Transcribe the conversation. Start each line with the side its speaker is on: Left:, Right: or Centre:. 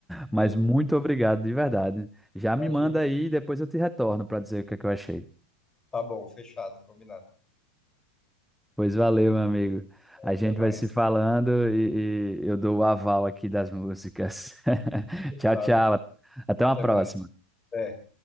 Left: Beleza.
Centre: Mas muito obrigado, de verdade. Já me
Left: Imagina.
Centre: manda aí e depois eu te retorno pra dizer o que é que eu achei.
Left: Tá bom, fechado, combinado.
Centre: Pois valeu, meu amigo. A
Left: Até
Centre: gente
Left: mais.
Centre: vai se falando e, e eu dou o aval aqui das músicas. <laughs>
Left: Fechado.
Centre: Tchau, tchau. Até uma
Left: Até
Centre: próxima.
Left: mais. É.